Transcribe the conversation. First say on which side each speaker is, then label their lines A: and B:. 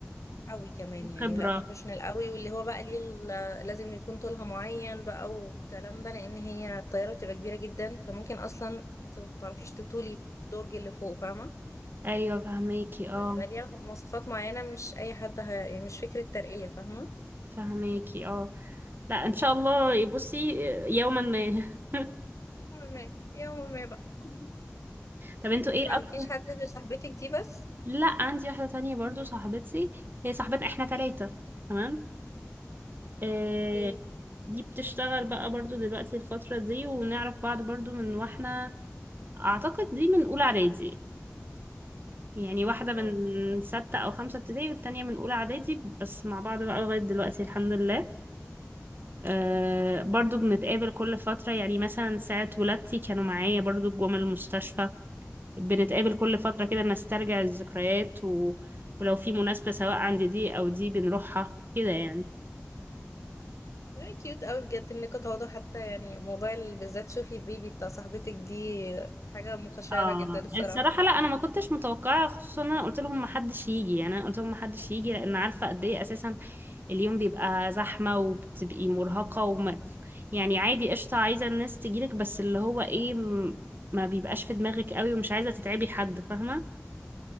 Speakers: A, on the left; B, on the right.
A: قوي كمان
B: وخبره
A: يعني لا بروفيشنال قوي واللي هو بقى ليه ال- لازم يكون طولها معين بقى والكلام ده لان هي الطيارة بتبقى كبيرة جدا فممكن اصلا انت ما بتعرفيش تطولي الدرج اللي فوق فاهمة
B: ايوه فهماكي اه
A: فبيبقى ليها مواصفات معينة مش اي حد ه... يعني مش فكرة ترقية فاهمة
B: فهماكي اه لا ان شاء الله بصي يوما ما <laughs>
A: يوم ما يوم ما بقى <laughs>
B: طب انتوا
A: انتي
B: ايه
A: ما
B: اكتر
A: عندكيش حد غير صاحبتك دي بس
B: لا عندي واحده تانية برضو صاحبتي هي صاحبتنا احنا ثلاثه تمام آه،
A: اوكي
B: دي بتشتغل بقى برضو دلوقتي الفترة دي ونعرف بعض برضو من واحنا أعتقد دي من أولى إعدادي يعني واحدة
A: واو
B: من ستة أو خمسة ابتدائي والتانية من أولى إعدادي بس مع بعض بقى لغاية دلوقتي الحمد لله أه برضو بنتقابل كل فترة يعني مثلا ساعة ولادتي كانوا معايا برضو جم المستشفى بنتقابل كل فترة كده نسترجع الذكريات و... ولو في مناسبة سواء عند دي أو دي بنروحها كده يعني
A: very cute قوي بجد انكوا تقعدوا حتى يعني موضوع ال- بالذات شوفي البيبي بتاع صاحبتك دي حاجة مقشرة
B: اه
A: جدا الصراحة
B: الصراحة لا انا ما كنتش متوقعة خصوصا انا قلت لهم ما حدش يجي يعني انا قلت لهم ما حدش يجي لان عارفة قد ايه اساسا اليوم بيبقى زحمة وبتبقي مرهقة وما يعني عادي قشطة عايزة الناس تجيلك بس اللي هو ايه م- ما بيبقاش في دماغك قوي ومش عايزة تتعبي حد فاهمة